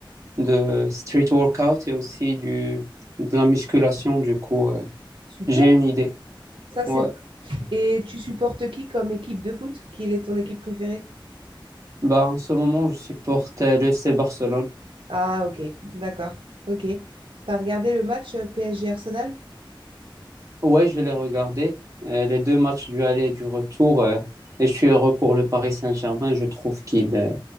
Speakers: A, on the right; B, on the right.
A: de street workout et aussi du, de la musculation, du coup, euh,
B: super.
A: j'ai une idée.
B: Ça, c'est...
A: Ouais.
B: Et tu supportes qui comme équipe de foot? Quelle est ton équipe préférée?
A: Bah en ce moment, je supporte euh, le FC Barcelone.
B: Ah, ok, d'accord. Ok. T'as regardé le match euh, PSG Arsenal?
A: Ouais, je vais les regarder. Euh, les deux matchs du aller et du retour. euh, et je suis heureux pour le Paris Saint-Germain. Je trouve qu'il euh,